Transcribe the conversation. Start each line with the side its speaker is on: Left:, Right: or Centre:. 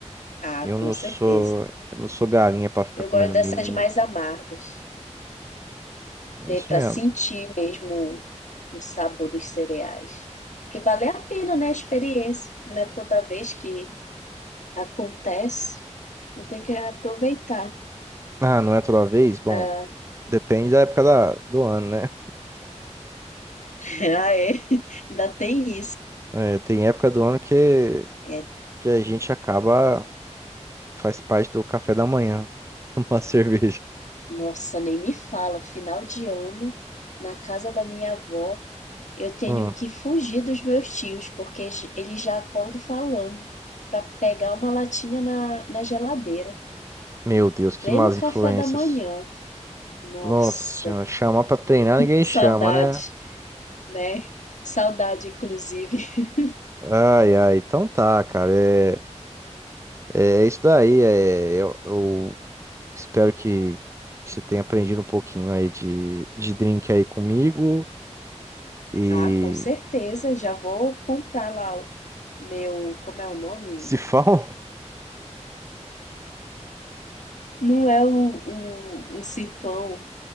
Left: Ah,
Right: eu
Left: com
Right: não
Left: certeza.
Right: sou, eu não sou galinha pra ficar
Left: Eu gosto
Right: comendo
Left: dessas
Right: milho, não.
Left: mais amargas.
Right: É
Left: Dê
Right: isso
Left: para
Right: mesmo.
Left: sentir mesmo o sabor dos cereais. Que vale a pena, né, a experiência. Não é toda vez que acontece. Não tem que aproveitar.
Right: Ah, não é toda vez? Bom,
Left: pra-
Right: Depende da época da, do ano, né?
Left: <laughs> Ah, é. Ainda tem isso.
Right: É, tem época do ano que,
Left: É,
Right: que a gente acaba, faz parte do café da manhã, <laughs> uma cerveja.
Left: nossa, nem me fala. Final de ano, na casa da minha avó, Eu tenho
Right: Hum,
Left: que fugir dos meus tios, porque j- eles já acordam falando para pegar uma latinha na, na geladeira.
Right: meu Deus, que
Left: Prêmio
Right: más
Left: café
Right: influências.
Left: da manhã. Nossa,
Right: Nossa senhora, chamar pra treinar ninguém
Left: saudades,
Right: chama, né?
Left: né? Saudade, inclusive.
Right: Ai, ai, então tá, cara. É, é isso daí. É, é, eu, eu espero que você tenha aprendido um pouquinho aí de, de drink aí comigo. E
Left: Ah, com certeza, já vou comprar lá o meu. Como é o nome?
Right: se for. <laughs>
Left: Não é o, o, o sifão